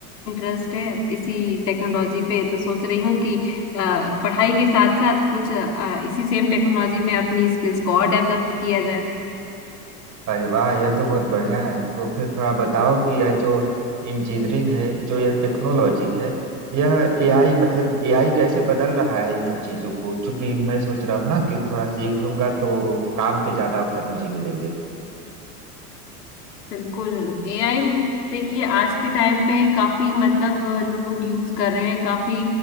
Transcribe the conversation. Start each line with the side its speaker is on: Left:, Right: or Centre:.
Left: इंटरेस्ट है इसी टेक्नोलॉजी पे तो सोच रही हूँ कि अ, पढ़ाई के साथ साथ कुछ अ, इसी सेम टेक्नोलॉजी में अपनी स्किल्स को और डेवलप किया
Right: अरे वाह यह तो बहुत बढ़िया है तो फिर थोड़ा बताओ कि यह जो इंजीनियरिंग है जो यह टेक्नोलॉजी है यह एआई मतलब एआई कैसे बदल रहा है इन सब चीजों को क्योंकि मैं सोच रहा हूँ ना कि थोड़ा सीख लूंगा तो काम के ज्यादा अवसर मुझे मिलेंगे
Left: बिल्कुल एआई देखिए आज के टाइम पे काफी मतलब अ, लोग यूज कर रहे हैं काफी